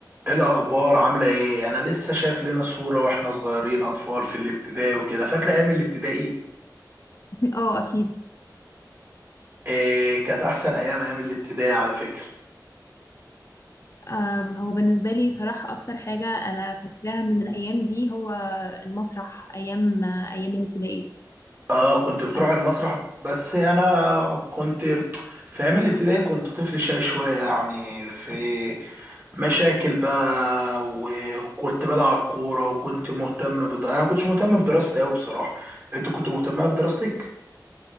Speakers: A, on the right; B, on the left.
A: ايه الاخبار عامله ايه انا لسه شايف لنا صوره واحنا صغيرين اطفال في الابتدائي وكده فاكره ايام الابتدائي
B: اه اكيد
A: إيه كانت احسن ايام ايام الابتدائي على فكره
B: آه هو بالنسبه لي صراحه اكتر حاجه انا فاكراها من الايام دي هو المسرح ايام آه ايام الابتدائي
A: اه كنت بتروح
B: آه
A: المسرح بس انا كنت في ايام الابتدائي كنت طفل شقي شويه يعني في مشاكل بقى وكنت بلعب كوره وكنت مهتم بد... انا ما كنتش مهتم بدراستي قوي بصراحه انت كنت مهتمه بدراستك